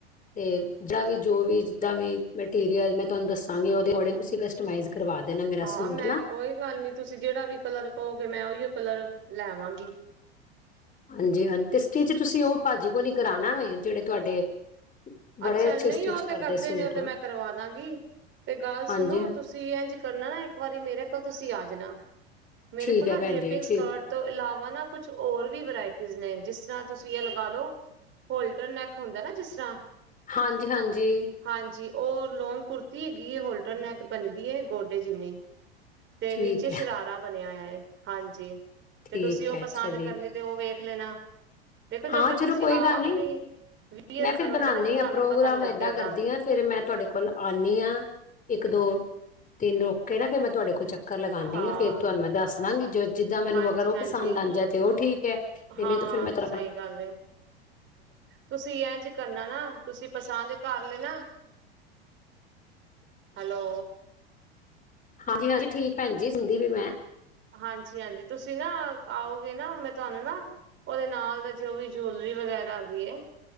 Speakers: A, on the left (about 25°); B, on the right (about 40°).
A: ਤੇ ਜੇਹੜਾ ਵੀ ਜੋ ਵੀ ਜਿੱਦਾਂ ਵੀ ਮਟੀਰੀਅਲ ਮੈਂ ਤੁਹਾਨੂੰ ਦੱਸਾਂਗੀ ਉਹਦੇ ਅਕੋਰਡਿੰਗ ਤੁਸੀਂ ਕਸਟਮਾਈਜ਼ ਕਰਵਾ ਦੇਣਾ ਮੇਰਾ
B: ਹਾਂ
A: ਸੂਟ
B: ਮੈਂ
A: ਨਾ
B: ਕੋਈ ਗੱਲ ਨੀ ਤੁਸੀਂ ਜਿਹੜਾ ਵੀ ਕਲਰ ਕੋਗੇ ਮੈਂ ਉਈਓ ਕਲਰ ਲੈਵਾਂਗੀ।
A: ਹਾਂਜੀ, ਹਾਂਜੀ। ਤੇ ਸਟੀਚ ਤੁਸੀਂ ਉਹ ਭਾਜੀ ਕੋਲ ਈ ਕਰਾਨਾ ਵੇ ਜਿਹੜੇ ਤੁਹਾਡੇ ਬੜੇ
B: ਅੱਛਾ
A: ਅੱਛੇ
B: ਨਹੀਂ
A: ਸਟਿਚ
B: ਉਹ ਤੇ ਕਰਦੇ
A: ਸੂਟ
B: ਨੇ ਉਹ ਤੇ ਮੈਂ ਕਰਵਾਦਾਂਗੀ। ਤੇ ਗੱਲ
A: ਹਾਂਜੀ
B: ਸੁਣੋ
A: ਹਾਂ
B: ਤੁਸੀਂ ਇੰਝ ਕਰਨਾ ਨਾ ਇੱਕ ਵਾਰੀ ਮੇਰੇ ਕੋਲ ਤੁਸੀਂ ਆ ਜਾ ਨਾ। ਮੇਰੇ
A: ਠੀਕ
B: ਕੋਲ
A: ਹੈ
B: ਨਾ
A: ਭੈਣ
B: ਡੰਰੇਪਿੰਗ
A: ਜੀ
B: ਸਕਰਟ
A: ਠੀਕ ਹੈ
B: ਤੋਂ ਇਲਾਵਾ ਨਾ ਕੁਛ ਹੋਰ ਵੀ ਵਰਾਇਟੀਸ ਨੇ ਜਿਸ ਜਿਸ ਤਰ੍ਹਾਂ ਤੁਸੀਂ ਇਹ ਲਗਾ ਲੋ, ਹੋਲਡ ਨੈਕ ਹੁੰਦਾ ਨਾ ਜਿਸ ਤਰ੍ਹਾਂ।
A: ਹਾਂਜੀ ਹਾਂਜੀ
B: ਹਾਂਜੀ ਉਹ ਲੋਂਗ ਕੁੜਤੀ ਹੈਗੀ ਏ ਹੋਲ ਤੁਹਾਡੀ ਨੇਕ ਬਨੀਦੀਏ ਗੋਡੇ ਜਿੰਨੀ। ਤੇ
A: ਠੀਕ
B: ਨੀਚੇ
A: ਹੈ
B: ਸ਼ਰਾਰਾ ਬ ਲੇਆਇਆ ਏ ਹਾਂਜੀ।
A: ਠੀਕ
B: ਤੇ ਤੁਸੀਂ ਉਹ
A: ਹੈ
B: ਪਸੰਦ
A: ਅੱਛਾ ਜੀ
B: ਕਰਨੀ ਤੇ ਉਹ ਵੇਖ ਲੇਨਾ। ਦੇਖੋ ਜਦ
A: ਹਾਂ
B: ਤੱਕ
A: ਚਲੋ
B: ਤੁਸੀਂ
A: ਕੋਈ
B: ਆਪ
A: ਗੱਲ ਨਹੀਂ
B: ਨੀ ਵੀਅਰ
A: ਮੈਂ ਫਿਰ
B: ਕਰੋਗੇ
A: ਬਣਾਉਂਦੀ
B: ਨਾ
A: ਹਾਂ ਪ੍ਰੋਗਰਾਮ
B: ਪਤਾ ਨੀ ਲੱਗੇਗਾ
A: ਏਦਾਂ ਕਰਦੀ ਆਂ, ਫੇਰ ਮੈਂ ਤੁਹਾਡੇ ਕੋਲ ਆਨੀ ਆਂ। ਇੱਕ ਦੋ ਤਿੰਨ ਰੁਕੇ ਕੇ ਨਾ ਫੇਰ ਮੈ ਤੁਹਾਡੇ ਕੋਲ ਚੱਕਰ ਲਗਾਨੀ
B: ਹਾਂ
A: ਆ ਫੇਰ ਤੁਹਾਨੂੰ ਮੈਂ ਦੱਸ ਦਾਂਗੀ ਜੋ ਜਿੱਦਾਂ ਮੈਨੂੰ
B: ਹਾਂਜੀ-ਹਾਂਜੀ,
A: ਅਗਰ ਉਹ ਪਸੰਦ ਆ ਜਾਏ ਤੇ ਉਹ ਠੀਕ ਏ ਤੇ
B: ਹਾਂ
A: ਨਈ ਤੇ ਫੇਰ ਮੈਂ ਤ
B: ਗੱਲ ਤੁਸੀਂ ਇੰਝ ਕਰਨਾ ਨਾ, ਤੁਸੀਂ ਪਸੰਦ ਕਰ ਲੇਨਾ। ਹੈਲੋ।
A: ਹਾਂਜੀ, ਹਾਂਜੀ। ਠੀਕ ਭੈਜੀ ਸੁਨਦੀ ਪੀ ਮੈਂ।
B: ਹਾਂਜੀ, ਹਾਂਜੀ ਤੁਸੀਂ ਨਾ ਆਓਗੇ ਨਾ ਮੈਂ ਤੁਹਾਨੂੰ ਨਾ ਉਹਦੇ ਨਾਲ ਦਾ ਜੋ ਵੀ ਜੁਲਰੀ ਵਗੈਰਾ ਹੈਗੀ ਐ